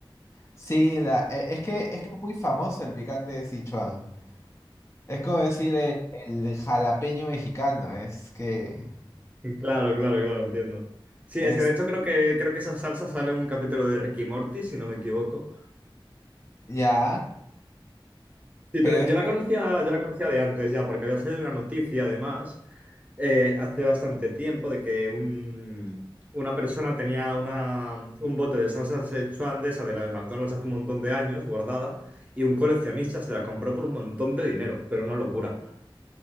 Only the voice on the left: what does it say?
Sí, la, e- es que, es que es muy famoso el picante de Sichuan. Es como decir el, el jalapeño mexicano, es que
es
ya,
pero
es
que,